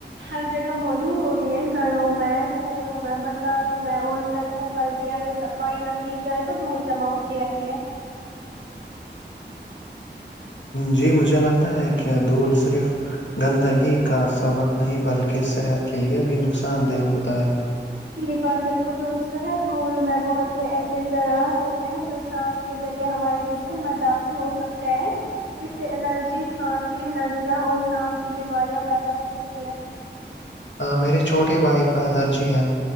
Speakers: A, on the right; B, on the left.
A: ہر جگہ موجود ہوتی ہے گھروں میں اسکولوں میں بازاروں میں اور سڑکوں پر بھی اگر صفائی نہ کی جائے تو دھول جمع ہوتی رہتی ہے
B: جی مجھے لگتا ہے کہ دھول صرف گندگی کا سبق نہیں بلکہ صحت کے لیے بھی نقصان دہ ہوتا ہے
A: یہ بات بالکل درست ہے دھول میں بہت سے ایسے زراعت ہوتے ہیں جو سانس کے ذریع ہمارے جسم میں داخل ہو سکتا ہے اس سے الرجی کھانسی ن لاہور سانس کی بیماریاں پیدا ہو سکتی ہیں
B: میرے چھوٹے بھائی کو الرجی ہے